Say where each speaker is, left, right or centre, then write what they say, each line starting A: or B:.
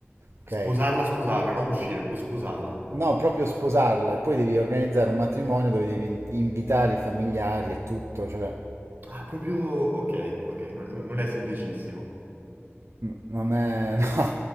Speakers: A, on the right; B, on the right.
A: ok?
B: Sposarla, sposarla, non uscire, proprio sposarla.
A: No, proprio sposarla e poi devi organizzare un matrimonio dove devi in- invitare i familiari e tutto, cioè...
B: Ah, proprio... Ok, ok, non, non è semplicissimo.
A: N- Non è, no,